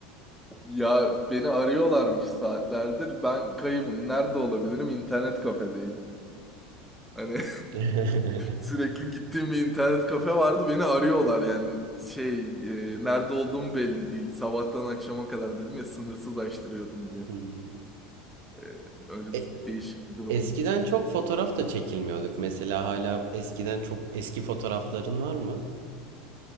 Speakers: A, in the centre; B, on the right.
A: Ya beni arıyorlarmış saatlerdir. Ben kaybım. Nerede olabilirim? İnternet kafedeyim. Hani <laughs>
B: <laughs>
A: sürekli gittiğim bir internet kafe vardı. Beni arıyorlar yani. Şey, e, nerede olduğum belli değil. Sabahtan akşama kadar dedim ya sınırsız açtırıyordum diye.
B: Hmm.
A: E, öyle
B: E,
A: değişik bir durum
B: Eskiden
A: olmuş.
B: çok fotoğraf da çekilmiyorduk. Mesela hala eskiden çok eski fotoğrafların var mı?